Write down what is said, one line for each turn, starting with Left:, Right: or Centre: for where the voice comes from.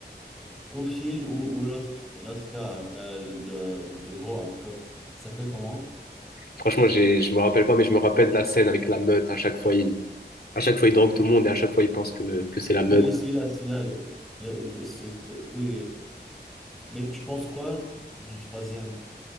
Centre: Ou Phil ou, ou l'autre, l'autre gars, euh, le, le gros un peu. Il s'appelait comment?
Left: Franchement, j'ai, je me rappelle pas, mais je me rappelle de la scène avec la meute. À chaque fois, il, à chaque fois, il drogue tout le monde et à chaque fois, il pense que, que c'est la meute.
Centre: Oui, oui, celui-là, celui-là. le- le- il- c'est- c'est- oui, oui. Mais tu penses quoi du troisième?